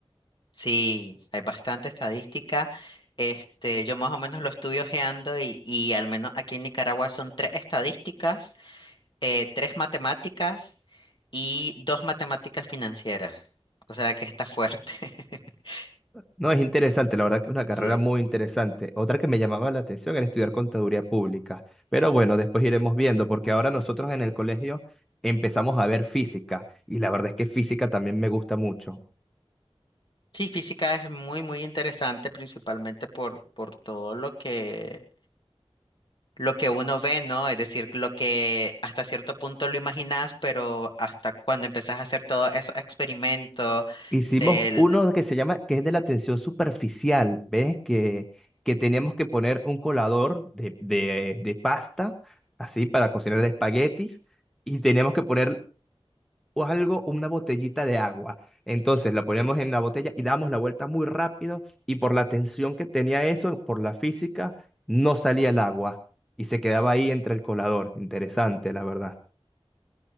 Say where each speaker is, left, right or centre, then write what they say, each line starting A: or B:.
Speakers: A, on the left; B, in the centre.
A: Sí, hay bastante estadística. Este, yo más o menos lo estudio ojeando y, y al menos aquí en Nicaragua son tres estadísticas, eh, tres matemáticas y dos matemáticas financieras. O sea que está fuerte. <laughs>
B: No, es interesante, la verdad que es una
A: Sí.
B: carrera muy interesante. Otra que me llamaba la atención era estudiar contaduría pública, pero bueno, después iremos viendo, porque ahora nosotros en el colegio empezamos a ver física y la verdad es que física también me gusta mucho.
A: Sí, física es muy, muy interesante, principalmente por, por todo lo que, lo que uno ve, ¿no? Es decir, lo que hasta cierto punto lo imaginas, pero hasta cuando empezás a hacer todos esos experimentos
B: Hicimos
A: de
B: uno que se llama, que es de la tensión superficial, ¿ves? Que, que teníamos que poner un colador de, de, de pasta, así, para cocinar de espaguetis, y teníamos que poner o algo, una botellita de agua. Entonces la poníamos en la botella y dábamos la vuelta muy rápido, y por la tensión que tenía eso, por la física, no salía el agua, y se quedaba ahí entre el colador. Interesante, la verdad.